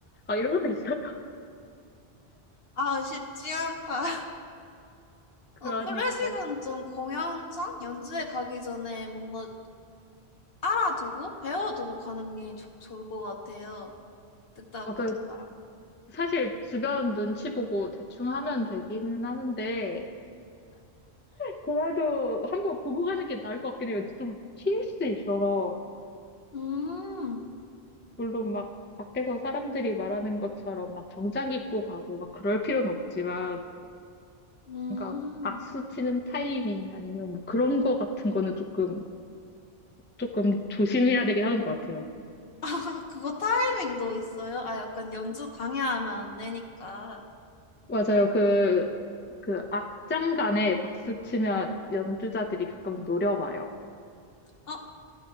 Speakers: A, on the left; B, on the left.
A: 아, 이런 것도 있어요? <laughs>
B: 아, 쉽지 않다.
A: 그러니까요.
B: 어, 클래식은 좀 공연장 연주회 가기 전에 뭔가 알아두고 배워두고 가는 게 좋- 좋을 것 같아요. 듣다
A: 맞아요.
B: 보니까.
A: 사실 주변 눈치 보고 대충 하면 되기는 하는데, 그래도 한번 보고 가는 게 나을 것 같긴 해요. 좀 튈 수 있어서.
B: 음,
A: 물론 막 밖에서 사람들이 말하는 것처럼 막 정장 입고 가고 막 그럴 필요는 없지만,
B: 음.
A: 그러니까 박수 치는 타이밍 아니면 뭐 그런 거 같은 거는 조금, 조금 조심해야 되긴 하는 것 같아요.
B: 아, <laughs> 그거 타이밍도 있어요? 아, 약간 연주 방해하면 안 되니까.
A: 맞아요. 그, 그 악장간에 박수 치면 연주자들이 가끔 노려봐요.
B: 아,